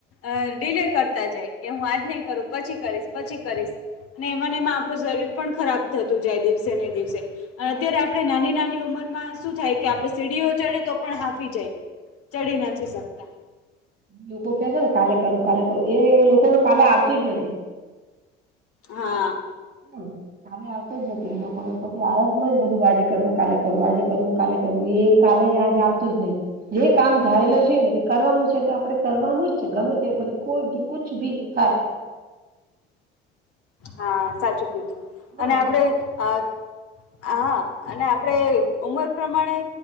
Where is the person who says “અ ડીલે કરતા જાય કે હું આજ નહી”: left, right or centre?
Left